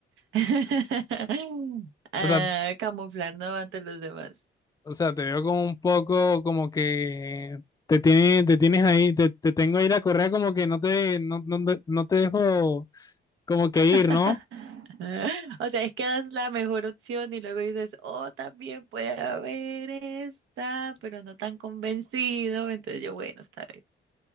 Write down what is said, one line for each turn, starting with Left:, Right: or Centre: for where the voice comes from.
Right: <laughs> ah,
Left: O sea,
Right: camuflarnos ante los demás.
Left: o sea, te veo como un poco como que te tiene, te tienes ahí, te, te tengo ahí la correa como que no te, no, no, te- no te dejo como que
Right: <laughs>
Left: ir, ¿no?
Right: O sea, es que das la mejor opción y luego dices, oh, también puede haber esta, pero no tan convencido. Entonces yo, bueno, está bien.